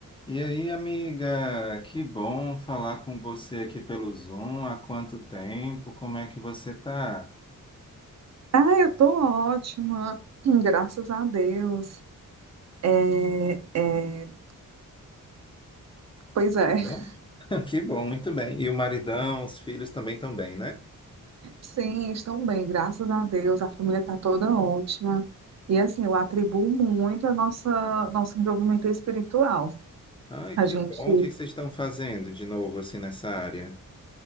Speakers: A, on the left; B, on the right.
A: E aí, amiga, que bom falar com você aqui pelo Zoom. Há quanto tempo? Como é que você tá?
B: Ah, eu tô ótima, Hum, graças a Deus. É, é, pois é,
A: Que
B: <laughs>
A: bom. <laughs> Que bom, muito bem. E o maridão, os filhos também estão bem, né?
B: sim, estão bem, graças a Deus. A família está toda ótima. E assim, eu atribuo muito a nossa nosso envolvimento espiritual.
A: Ai,
B: A
A: que
B: gente,
A: bom. O que que vocês estão fazendo de novo assim nessa área?